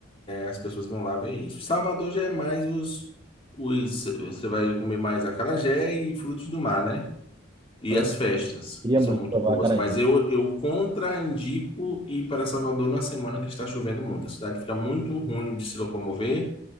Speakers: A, on the left; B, on the right.
A: As pessoas vão lá ver isso. Salvador já é mais os, os. Você vai comer mais acarajé e frutos do mar, né? E
B: Eu
A: as festas,
B: queria
A: que são
B: muito
A: muito
B: provar
A: boas.
B: acarajé.
A: Mas eu, eu contraindico ir para Salvador na semana que está chovendo muito. A cidade fica muito ruim de se locomover